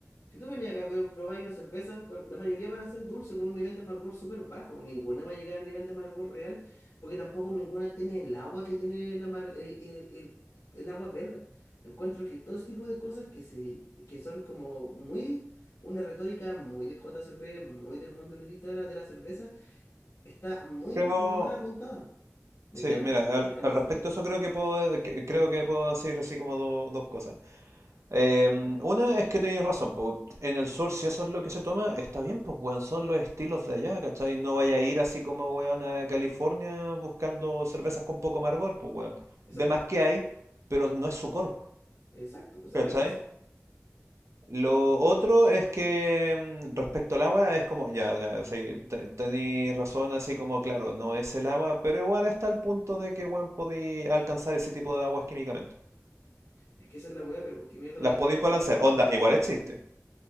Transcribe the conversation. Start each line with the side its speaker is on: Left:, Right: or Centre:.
Left: Si tú venías acá a ver- probar unas cervezas, cual- la mayoría van a ser dulces con un nivel de amargor súper bajo. Ninguna va a llegar al nivel de amargor real, porque tampoco ninguna tiene el agua que tiene la mar- el el el, el agua belga. Encuentro que todo ese tipo de cosas que, se, que son como muy una retórica muy del JCP, muy del mundo elitista de la, de la cerveza, está muy
Right: Creo,
Left: mal apuntada. Me
Right: sí,
Left: carga
Right: mira,
Left: esa weá,
Right: al,
Left: me carga
Right: al
Left: esa
Right: respecto
Left: mierda.
Right: a eso creo que puedo, eh, que- creo que puedo decir así como do- dos cosas. Em,
Left: A ver,
Right: una es que tenéis razón, po, en el sur si eso es lo que se toma, está bien, pues weón, son los estilos de allá, ¿cachai? No vaya a ir así como weón a California buscando cervezas con poco amargor, pues weón.
Left: exacto,
Right: De más que hay, pero no es su core,
Left: exacto, pues esa
Right: ¿cachai?
Left: es la gracia.
Right: Lo otro es que mm, respecto al agua es como, ya, ya, sí, te- tenéis razón, así como, claro, no es el agua, pero igual está el punto de que, bueno, podéis alcanzar ese tipo de aguas químicamente.
Left: Es que esa es la weá, pero ¿por qué mierda
Right: Las
Left: vaya
Right: podéis
Left: a querer alcanzar
Right: balancear,
Left: un...
Right: onda, igual existe.